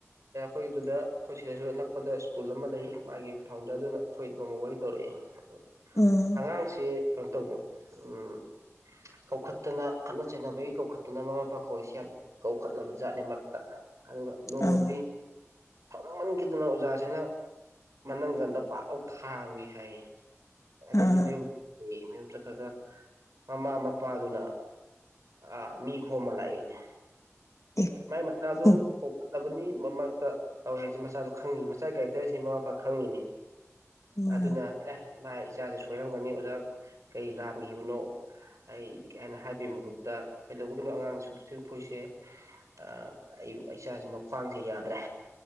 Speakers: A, on the right; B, on the left.
A: ꯑꯩꯈꯣꯏ ꯑꯗꯨꯗ ꯑꯩꯈꯣꯏ ꯁꯤꯗꯁꯨ ꯑꯅꯛꯄꯗ ꯁ꯭ꯀꯨꯜ ꯑꯃ ꯂꯩ ꯃꯥꯒꯤ ꯐꯥꯎꯟꯗꯔꯗꯨꯅ ꯑꯩꯈꯣꯏ ꯅꯣꯡꯃ ꯋꯥꯔꯤ ꯇꯧꯔꯛ ꯑꯦ
B: ꯎꯝ
A: ꯑꯉꯥꯡꯁꯤ ꯀꯩꯅꯣ ꯇꯧꯕ ꯎꯝ ꯀꯧꯈꯠꯇꯅ ꯈꯠꯅ ꯆꯩꯅꯕꯒꯤ ꯀꯧꯈꯠꯇꯅ ꯃꯃꯥ ꯃꯄꯥ ꯀꯧꯏꯕꯁꯤ ꯌꯥꯝ ꯀꯧꯈꯠꯂꯕ ꯖꯥꯠꯅꯦ ꯃꯔꯛꯇ ꯑꯗꯨ ꯅꯣꯡꯃꯗꯤ
B: ꯑꯥ
A: ꯁꯥꯎꯅꯤꯡꯃꯟꯈꯤꯗꯅ ꯑꯣꯖꯥꯁꯤꯅ ꯃꯅꯒꯟꯗ ꯄꯥꯛꯂꯥꯎ ꯊꯥꯔꯨꯏ ꯍꯥꯏꯌꯦ ꯑꯗꯩꯗꯤ
B: ꯑꯥ
A: ꯃꯌꯨꯝꯂꯦꯌꯦ ꯃꯌꯨꯝ ꯆꯠꯈ꯭ꯔꯒ ꯃꯃꯥ ꯃꯄꯥꯗꯨꯅ ꯑ ꯃꯤ ꯈꯣꯝꯃ ꯂꯥꯛꯑꯦꯅꯦ
B: ꯑꯦ
A: ꯃꯥꯏ ꯃꯆꯥꯗꯨ
B: ꯎꯝ
A: ꯀꯧ ꯂꯕꯅꯤ ꯃꯃꯥꯛꯇ ꯇꯧꯋꯦ ꯍꯥꯏꯖꯦ ꯃꯆꯥꯗꯣ ꯈꯪꯉꯤꯅꯤ ꯃꯆꯥꯢ ꯀꯦꯔꯦꯛꯇꯔꯁꯤ ꯃꯃꯥ ꯃꯄꯥ ꯈꯪꯉꯤꯅꯤ
B: ꯃꯥꯅꯤ
A: ꯑꯗꯨꯅ ꯑꯦ ꯃꯥ ꯏꯆꯥꯁꯦ ꯁꯣꯏꯔꯝꯒꯅꯤ ꯑꯣꯖꯥ ꯀꯩ ꯂꯥꯟꯒꯤꯕꯅꯣ ꯑꯩ ꯅ ꯍꯥꯏꯕꯩ ꯃꯍꯨꯠꯇ ꯀꯩꯗꯧꯕꯩꯅꯣ ꯑꯉꯥꯡꯅꯗ ꯑꯁꯛ ꯊꯤꯅ ꯐꯨꯔꯤꯁꯦ ꯑꯩ ꯏꯆꯥꯁꯤ ꯃꯈ꯭ꯋꯥꯡꯖꯦ ꯌꯥꯗ꯭ꯔꯦ